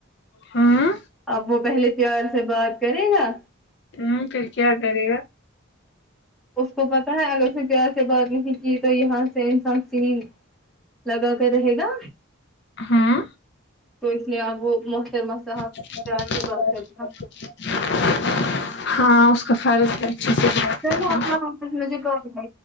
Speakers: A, on the left (about 55°); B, in the centre.
A: ہاں
B: اب وہ پہلے پیار سے بات کرے گا
A: ہوں پھر کیا کرے گا
B: اس کو پتاہ ہے اگر اس نے پیار سے بات نہیں کی تو یہاں سے انسان سین لگا کر رہے گا
A: ہاں
B: تو اس لیے اب وہ محترمہ صاحب
A: <unintelligible>
B: پیار سے بات کرے گا
A: ہاں اس کا فرض ہے اچھے سے بات
B: سنو
A: کرنا
B: آپ نا وپاس مجھے کال کرنا